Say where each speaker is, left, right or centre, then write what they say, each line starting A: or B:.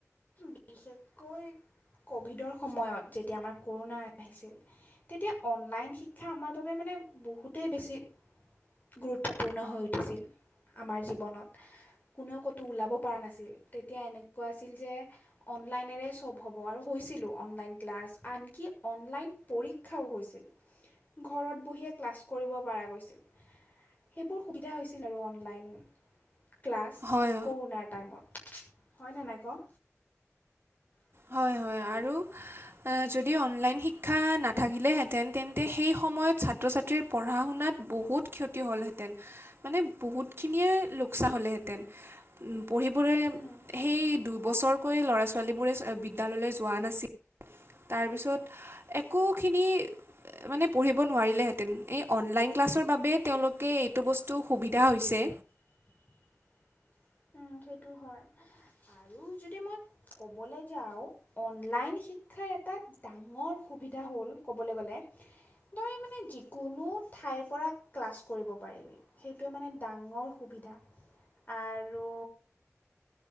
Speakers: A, on the left (about 35°); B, on the right (about 50°).
A: বিশেষকৈ কভিডৰ সময়ত যেতিয়া আমাৰ ক'ৰোণা আহিছিল। তেতিয়া অনলাইন শিক্ষা আমাৰ বাবে মানে বহুতেই বেছি গুৰুত্বপূৰ্ণ হৈ উঠিছিল আমাৰ জীৱনত, কোনেও ক'তো ওলাব পাৰা নাছিল। তেতিয়া এনেকুৱা আছিল যে অনলাইনেৰে চব হ'ব আৰু হৈছিলো অনলাইন ক্লা ছ, আনকি অনলাইন পৰীক্ষাও হৈছিল। ঘৰত বহিয়ে ক্লাছ কৰিব পাৰা গৈছিল। সেইবোৰ সুবিধা হৈছিল আৰু অনলাইন ক্লাছ
B: হয়
A: ক'ৰোণাৰ টাইমত, হয়নে নাই ক? <inaudible>
B: হয় হয় আৰু যদি অনলাইন শিক্ষা নাথাকিলেহেঁতেন তেন্তে সেই সময়ত ছাত্ৰ ছাত্ৰীৰ পঢ়া শুনাত ব বহুত ক্ষতি হ'লহেঁতেন মানে বহুতখিনিয়ে লোকচান হ'লেহেঁতেন। উম পঢ়িবলৈ
A: ক
B: সেই দুবছৰকৈ ল'ৰা ছোৱালীবোৰে বিদ্যালয়লৈ যোৱা নাছিল। তাৰপিছত একোখিনি মানে পঢ়িব নোৱাৰিলেহেঁতেন। এই অনলাইন ক্লাছৰ বাবে তেওঁলোকে এইটো বস্তু সুবিধা হৈছে।
A: <inaudible> উম, সেইটো হয় আৰু যদি মই ক'বলৈ যাওঁ অনলাইন শিক্ষা শিক্ষাৰ এটা ডাঙৰ সুবিধা হ'ল ক'বলে গ'লে। তই মানে যিকোনো ঠাইৰ পৰা ক্লাছ কৰিব পাৰিবি, সেইটোৱে মানে ডাঙৰ সুবি আৰু